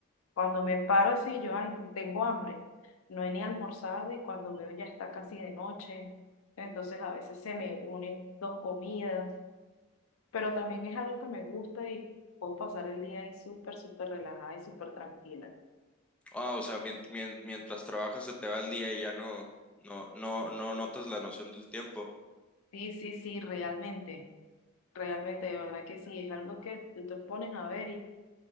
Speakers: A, on the left (about 70°); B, in the centre.
A: cuando me paro así, yo, ay, no tengo hambre, no he ni almorzado y cuando veo ya está casi de noche, entonces a veces se me unen dos comidas pero también es algo que me gusta y puedo pasar el día ahí súper, súper relajada y súper tranquila.
B: Ah, o sea, mien- mien- mientras trabajas se te va el día y ya no, no, no, no notas la noción del tiempo.
A: Sí, sí, sí, realmente, realmente, de verdad que sí, es algo que tú te pones a ver y